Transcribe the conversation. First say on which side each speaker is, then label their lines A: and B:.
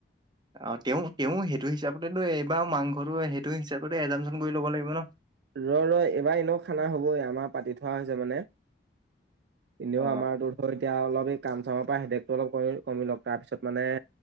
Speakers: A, on the right; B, on the right.
A: অ তেওঁ তেওঁ সেইটো হিচাপতেতো এইবাৰ মাংসটো সেইটো হিচাপ এজামচ কৰি লব লাগিব ন <unintelligible>
B: ৰ ৰ এইবাৰ এনেও খানা হ'বই আমাৰ পাতি থোৱা হৈছে মানে এনেও
A: অ
B: আমাৰতো ধৰ এতিয়া অলপ কাম চামৰ পৰা হেদকটো অলপ ক কমি লওক তাৰপিছত মানে